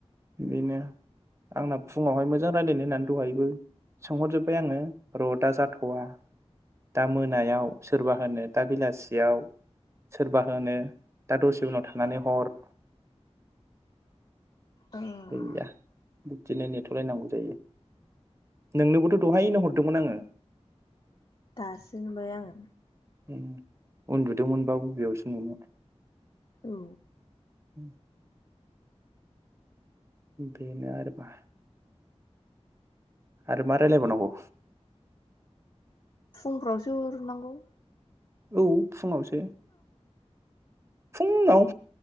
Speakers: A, on the right; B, on the left.
A: बिनो आंना फुङावहाय मोजां राय्लायनो होननानै दहायबो सोंहरजोब्बाय आङो रडआ जाथवा दा मोनायाव। सोरबा होनो दा बेलासियाव सोरबा होनो दा दसे उनाव थानानै हर।
B: ओं
A: गैया बिदिनो नेथ लायनांगौ जायो नोंनोबोथ दहायनो हरदोंमोन आङो
B: दासो नुबाय आङो।
A: ओ उन्दुदोंमोनबा बबेयावसो नुनो।
B: औ
A: उं। बेनो आरोबा। आरो मारायलाय बाव नांगौ।
B: फुंफ्रावसो उरुनांगौ।
A: औ फुङावसो। फुंङाव।